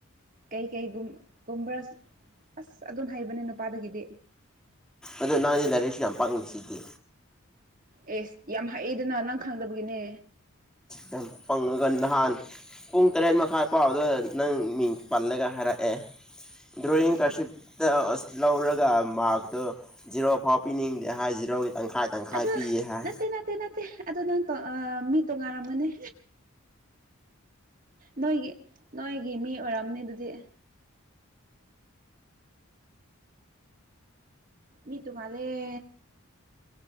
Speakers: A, on the right; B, in the centre.
A: ꯀꯩ ꯀꯩꯒꯨꯝꯒꯨꯝꯕ꯭ꯔ ꯑꯁ ꯑꯗꯨꯝ ꯍꯩꯕꯅꯦ ꯅꯨꯄꯥꯗꯒꯤꯗꯤ
B: ꯑꯗꯨ ꯅꯪꯗꯤ ꯂꯥꯏꯔꯛꯁꯨ ꯌꯥꯝ ꯄꯥꯡꯂꯤꯁꯤꯗꯤ
A: ꯑꯦꯁ ꯌꯥꯝ ꯍꯩꯗꯅ ꯅꯪ ꯈꯪꯗꯕꯒꯤꯅꯦ
B: ꯌꯥꯝ ꯄꯪꯉꯒ ꯅꯍꯥꯟ ꯄꯨꯡ ꯇꯔꯦꯠ ꯃꯈꯥꯏ ꯄꯥꯎꯗ ꯅꯪ ꯃꯤꯡ ꯄꯜꯂꯒ ꯍꯥꯏꯔꯛꯑꯦ <unintelligible>
A: ꯑꯩꯁ
B: ꯂꯧꯔꯒ ꯃꯥꯔꯛꯇꯨ ꯖꯤꯔꯣꯐꯥꯎ ꯄꯤꯅꯤꯡꯗꯦ ꯍꯥꯏ ꯖꯤꯔꯣꯒꯤ ꯇꯪꯈꯥꯏ ꯇꯪꯈꯥꯏ
A: ꯑꯗꯨ
B: ꯄꯤꯌꯦ ꯍꯥꯏ
A: ꯅꯠꯇꯦ ꯅꯠꯇꯦ ꯅꯠꯇꯦ ꯑꯗꯣ ꯅꯪ ꯃꯤ ꯇꯣꯉꯟꯔꯝꯒꯅꯦ ꯅꯣꯏꯒꯤ ꯅꯣꯏꯒꯤ ꯃꯤ ꯑꯣꯏꯔꯝꯅꯤ ꯑꯗꯨꯗꯤ ꯃꯤ ꯇꯨꯉꯜꯂꯦ